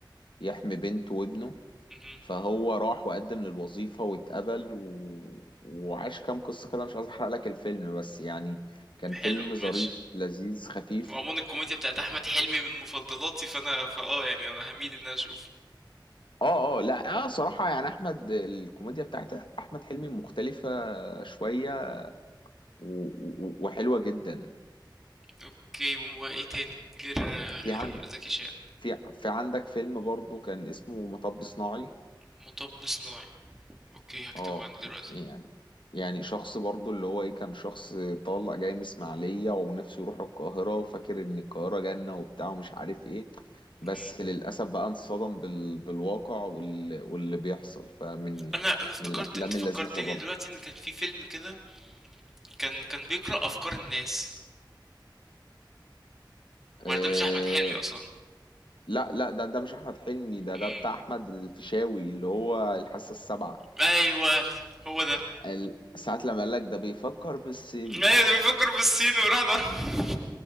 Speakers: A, on the left; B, in the centre.
A: يحمي بنته وابنه
B: مهم.
A: فهو راح وقدم للوظيفة واتقبل و... وعاش كام قصة كده مش عايز احرق لك الفيلم بس يعني كان فيلم
B: حلو
A: ظريف
B: ماشي
A: لذيذ خفيف
B: وعموما الكوميديا بتاعت احمد حلمي من مفضلاتي فانا فاه يعني انا هميل ان انا اشوفه
A: اه اه لا اه صراحة يعني احمد الكوميديا بتاعت احمد حلمي مختلفة شوية و- و- وحلوة جدا
B: اوكي وايه تاني غير غير
A: في عن
B: زكي شان
A: في في عندك فيلم برضو كان اسمه مطب صناعي
B: مطب صناعي اوكي هكتبه
A: اه
B: عندي دلوقتي
A: يعني يعني شخص برضو اللي هو ايه كان شخص طالع جاي من اسماعيلية ونفسه يروح القاهرة وفاكر ان القاهرة جنة وبتاع ومش عارف ايه بس
B: مم.
A: للأسف بقى انصدم بال... بالواقع وال... واللي بيحصل فمن
B: انا انا افتكرت
A: من الأفلام
B: انت فكرتني
A: اللذيذة برضو
B: دلوقتي ان كان في فيلم كده كان كان بيقرأ افكار الناس
A: آه،
B: ولا ده مش احمد حلمي اصلا
A: لا لا ده ده مش احمد حلمي ده
B: مم.
A: ده بتاع احمد الفيشاوي اللي هو الحاسه السابعه
B: ايوه هو ده
A: ال- ساعة لما قال لك ده بيفكر بالصيني
B: ايوه ده بيفكر بالصين وراح ضرب